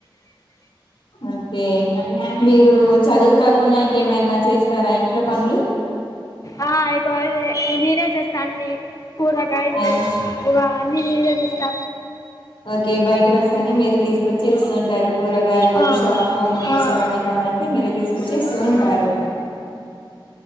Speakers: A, on the left; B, on the left.
A: ఓకే మీరు చదువు కాకుండా ఇంకేమైనా చేస్తారా ఇంట్లో పనులు
B: ఆ ఇకువ నేనే చేస్తా అన్ని కూరగాయలు
A: ఆ
B: ఇ అన్ని నేనే చేస్తా
A: ఓకే బయట వస అని మీరు తీసుకు కొచ్చి ఇస్తూంటారు కూరగాయలు
B: ఆ
A: షాప్ హోమ్ నీడ్స్
B: ఆ
A: అవన్నీ కావాలంటే మీరు తీసుకొచ్చి ఇస్తూ ఉంటారు
B: ఆ